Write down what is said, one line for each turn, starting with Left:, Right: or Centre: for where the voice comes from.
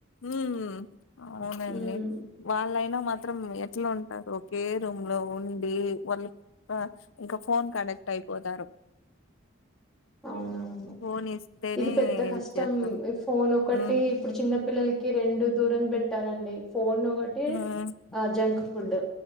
Left: ఉమ్ అవునండి
Centre: ఉమ్
Left: వాళ్ళైనా మ త్రం ఎట్లా ఉంటారు ఒకే రూమ్ లో ఉండి వాళ్ళు బా ఇంకా ఫోన్కాడిక్ట్ అయిపోతారు
Centre: అవునవును
Left: ఫోన్ ఇస్తేనే
Centre: ఇది పెద్ద కష్టం
Left: ఇచ్చేస్తాం
Centre: ఫోన్ ఒకటి
Left: మ్మ్
Centre: ఇప్పుడు చిన్నపిల్ పిల్లలకి రెండు దూరం పెట్టాలండి ఫోన్ ఒకటి
Left: మ్మ్
Centre: జంక్ ఫుడ్